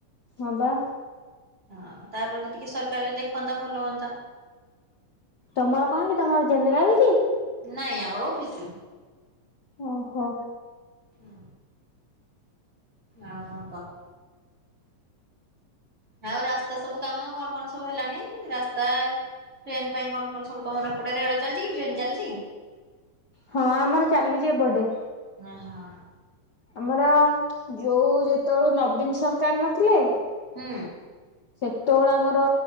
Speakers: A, on the left; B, on the right.
A: ହଁ ବା।
B: ହଁ ତାପତି ଟିକେ ସରକାର ବି ଦେଖନ୍ତା ଭଲ ହୁଅନ୍ତା।
A: ତମର କଣ କି? ତମର ଜେନେରାଲ କି?
B: ନାଇଁ ଆମର ଅଫିସ।
A: ଓହୋ।
B: ହୁଁ ଆଉ କଣ କହ? ଆଉ ରାସ୍ତା ସବୁ କାମ କଣ କଣ ସବୁ ହେଲାଣି? ରାସ୍ତା ଟ୍ରେନ ପାଇଁ କଣ କଣ ସବୁ ତମର ଏପଟେ ଏରିଆ ରେ ଚାଲିଚି କି ଟ୍ରେନ ଚାଲିଚି?
A: ହଁ ଆମର ଚାଲୁଚି ଏ ପଟେ।
B: ଓ ହଁ।
A: ଆମର ଯଉ ଯେତେବେଳୁ ନବୀନ ସରକାର ନଥିଲେ
B: ହୁଁ।
A: ସେତେବେଳୁ ଆମର